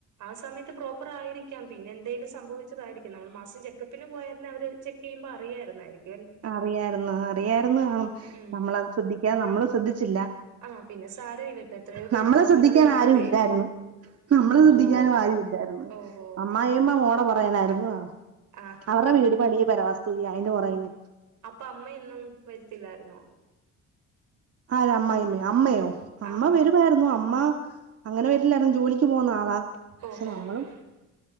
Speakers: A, on the right; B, on the right.
A: ആ സമയത്ത് പ്രോപ്പർ ആയിരിക്കാം പിന്നെ എന്തേലിലും സംഭവിച്ചതായിരിക്കും നമ്മൾ മാസം ചെക്കപ്പിന് പോയരുന്ന അവര് ചെക്ക് ചെയ്യ പറിയാരുന്നായിരിക്കും
B: അറിയാരുന്ന് ങാ അറിയായിരന്നാ
A: ഉം
B: നമ്മളത് ശ്രദ്ധിക്കാ നമ്മള് ശ്രദ്ധിച്ചില്ല
A: ആഹ് പിന്നെ സാരമില്ല ഇപ്പൊ എത്രയോ പേര്
B: നമ്മള
A: കുഞ്ഞുങ്ങളില്ലാതെ
B: ശ്രദ്ധിക്കാനാ ആരും ഇല്ലായിരുന്നു നമ്മളെ
A: ഓ
B: ശ്രദ്ധിക്കാനും
A: ഓ
B: ആരും ഇല്ലായിരുന്നു
A: ഓഹോ
B: അമ്മായിമ്മ മോടെ പൊറകിനായിരുന്നു
A: ആഹാ
B: അവരുടെ വീട് പണി പെര വാസ്തു അയിന്റെ പറേന്ന്
A: അപ്പം അമ്മയിന്നും വരത്തില്ലായിരുന്നോ?
B: ആര അമ്മായിമ്മ അമ്മയോ അമ്മ
A: ആഹ്
B: വരുവാരുന്നു അമ്മ അങ്ങനെ വരില്ലായിരുന്നു ജോലിക്ക് പോന്ന ആളാ പക്ഷെ
A: ഓഹോ
B: നമ്മളും
A: ഉം